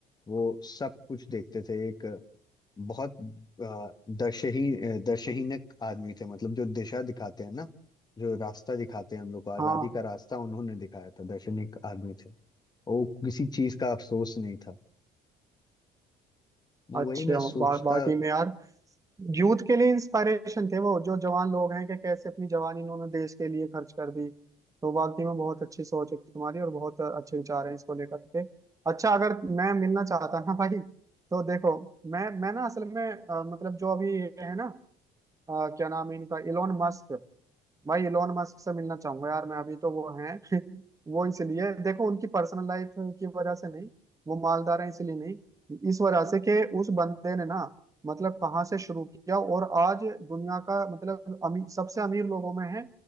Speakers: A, on the left; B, on the right.
A: वो सब कुछ देखते थे एक बहुत अ, दशही अ, दशहीनक आदमी थे मतलब जो दिशा दिखाते हैं ना जो रास्ता दिखाते हैं हम लोग को आजादी
B: हाँ
A: का रास्ता उन्होंने दिखाया था दशहीनक आदमी थे वो किसी चीज का अफसोस नहीं था वही
B: अच्छे
A: मैं
B: हो,
A: सोचता
B: बा, बाटी में यार यूथ के लिए इंस्पायरेशन थे वो जो जवान लोग हैं कि कैसे अपनी जवानी इन्होंने देश के लिए खर्च कर दी तो वाकई में बहुत अच्छी सोच है तुम्हारी और बहुत अच्छे विचार हैं इसको लेकर के अच्छा अगर मैं मिलना चाहता ना भाई तो देखो मैं मैं ना असल में अ, मतलब जो अभी ये है ना अ, क्या नाम है इनका इलोन मस्क भाई इलोन मस्क से मिलना चाहूंगा यार मैं अभी तो वो हैं <laughs> वो इसलिए देखो उनकी पर्सनल लाइफ की वजह से नहीं वो मालदार हैं इसलिए नहीं इस वजह से कि उस बंदे ने ना मतलब कहाँ से शुरू किया और आज दुनिया का मतलब अमीर सबसे अमीर लोगों में है